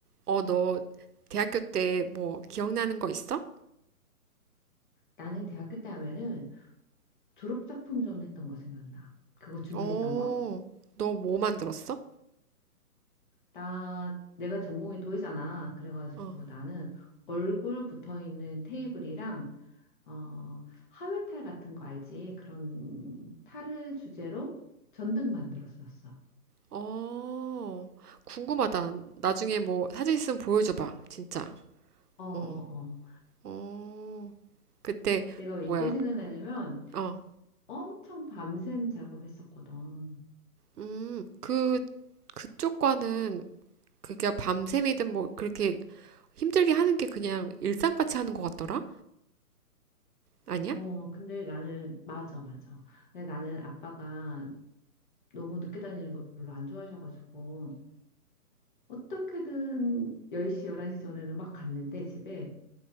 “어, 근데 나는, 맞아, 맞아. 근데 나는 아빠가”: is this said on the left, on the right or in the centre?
Left